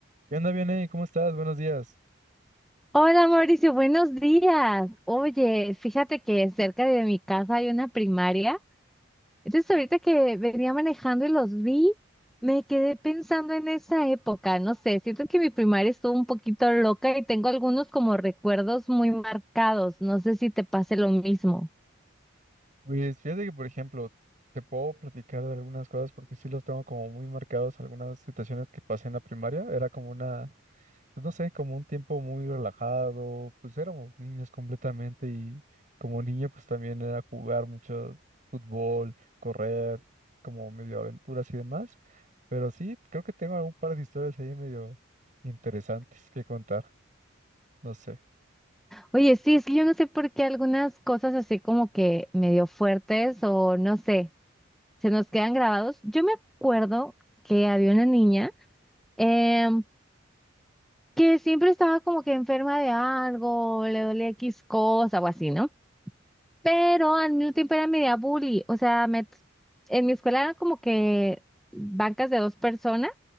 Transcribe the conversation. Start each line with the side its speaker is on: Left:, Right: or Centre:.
Right: ¿Qué onda, Vianey? ¿Cómo estás? Buenos días.
Centre: Hola Mauricio, buenos días. Oye, fíjate que cerca de mi casa hay una primaria. Entonces ahorita que venía manejando y los vi, me quedé pensando en esa época. No sé, siento que mi primaria estuvo un poquito loca y tengo algunos como recuerdos muy marcados. No sé si te pase lo mismo.
Right: Pues fíjate que, por ejemplo, te puedo platicar de algunas cosas porque sí los tengo como muy marcados, algunas situaciones que pasé en la primaria. Era como una, pues, no sé, como un tiempo muy relajado, pues éramos niños completamente y como niño pues también era jugar mucho fútbol, correr, como medio aventuras y demás. Pero sí, creo que tengo algún par de historias ahí medio interesantes que contar, no sé.
Centre: Oye, sí, es que yo no sé por qué algunas cosas así como que medio fuertes o no sé, se nos quedan grabados. Yo me acuerdo que había una niña. em, que siempre estaba como que enferma de algo, le dolía X cosa o así, ¿no? Pero al mismo tiempo era media bully, o sea, me, en mi escuela eran como que bancas de dos personas,